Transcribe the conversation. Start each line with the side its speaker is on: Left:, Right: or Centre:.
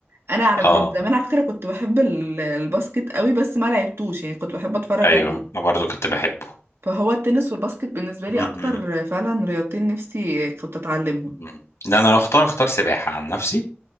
Right: انا على
Left: اه
Right: من زمان على فكره كنت بحب ال- الباسكت قوي بس ما لعبتوش يعني كنت بحب اتفرج
Left: ايوه
Right: عليه
Left: انا برضو كنت بحبه
Right: فهو التنس والباسكت بالنسبه لي
Left: م-
Right: اكتر
Left: م-
Right: فعلا رياضتين نفسي كنت اتعلمهم
Left: م. ده انا لو اختار اختار سباحه عن نفسي